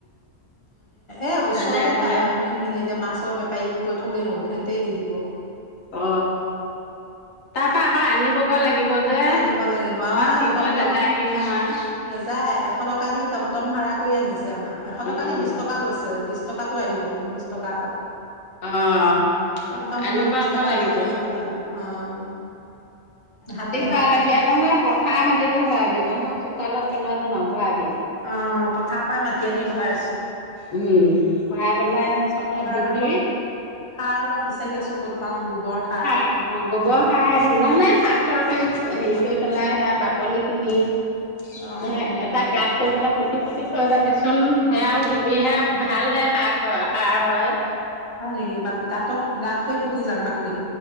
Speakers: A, on the left; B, on the left.
A: এ ওচৰতে
B: আনাই পেলাই
A: পায় সেইখিনি, এতিয়া মাছৰ বেপাৰীক কৈ থলে হ'ল সেতে দি দিব।
B: অ, তাৰ পা আকৌ আনিবগ লাগিব। যে
A: আনিব লাগিব,
B: ঘৰত
A: আমাৰ
B: দি থৈ
A: টমটম
B: নাযায়হি নহয়
A: নাযায় এখ। এশ টকা দি টমটম ভাড়া কৰি আনিছে। আমাৰ এশ
B: উম
A: টকা নে বিশ টকা লৈছে, বিশ টকাটো আহিব বিশ টকা এটাত
B: অ'
A: টমটম খনত
B: আনিব
A: বিশ
B: আকৌ
A: টকা
B: লাগিব।
A: এটা দিলেই হ'লা অহ।
B: ভাল বিয়াতো নাই, পথাৰ মাটিতো ভৱা। বিনন্দ চোতালত পেলোৱাটো নভোৱা।
A: অ পথাৰৰ পৰাই মাতি আনি। নি ভৰাইছোঁ।
B: উম্ ভৰাই পেলাই চতত দিবি।
A: অলপ সাৰ অলপ বিচাৰি আছোঁ ক'ত পাওঁ গোবৰ। সাৰ।
B: ওম ওম গোবৰ সাৰ হে দিবি নহলে শাক তৰকাৰী। অ হেৰি কৰি পেলাই সেয়া বাকলি খিনি। উম্
A: অ' অ'
B: এটা গাত কৰি পেলাম। পুটি পুটি থৈ চাবিচোন সেয়াওঁ দিবি হে ভালহে শাক হয় সাৰ হয়।
A: হয় নেকি বা গাঁতত। গাতকৈ পুতি যাম বাকলিখিনি।